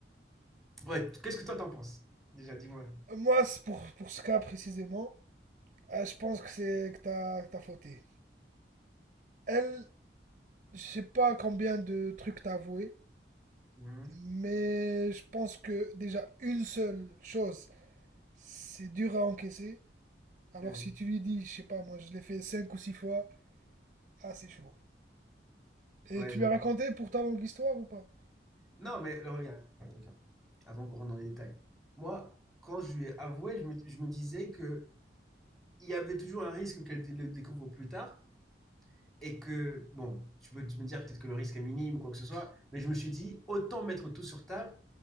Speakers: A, in the centre; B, on the right (about 45°).
A: Ouais, qu'est-ce que toi t'en penses? Déjà, dis-moi.
B: Moi c'est pour pour ce cas précisément, euh, je pense que c'est que t'as que t'as fauté. Elle, je sais pas combien de trucs t'as avoué,
A: Mhm.
B: mais je pense que déjà une seule chose, c'est dur à encaisser. Alors
A: Ouais,
B: si tu lui dis, je sais pas, moi je l'ai fait cinq ou six fois, ah c'est chaud. Et
A: Ouais,
B: tu
A: j'avoue.
B: lui as raconté pour ta longue histoire ou pas?
A: Non, mais le regarde, regarde, avant qu'on rentre dans les détails. Moi, quand je lui ai avoué, je me, je me disais que il y avait toujours un risque qu'elle dé- le découvre plus tard et que, bon, tu peux, tu peux me dire peut-être que le risque est minime ou quoi que ce soit, mais je me suis dit, autant mettre tout sur table,